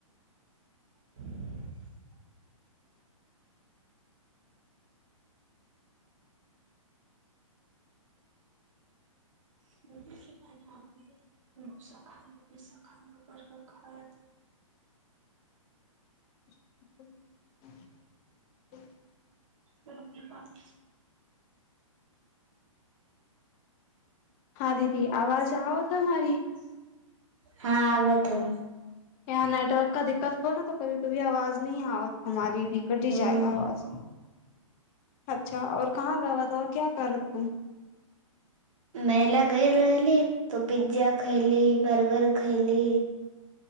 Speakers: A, on the right; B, on the left.
A: <inaudible> भलास खाया खाया <unintelligible> खायत
B: <unintelligible>
A: अपने पास
B: ह दीदी आवाज आब तऽ हमारी
A: हँ आबत है
B: यहाँ नेटवर्क कभी दिक्कत हो ने तऽ कभी कभी आवाज नहि आवत हमार भी कटी
A: हम्म
B: जाय त आवाज अच्छा और कहाँ गवा तऔर क्या कर तु
A: मेला गेल रहली तो पिज्जा खैली बर्गर खैली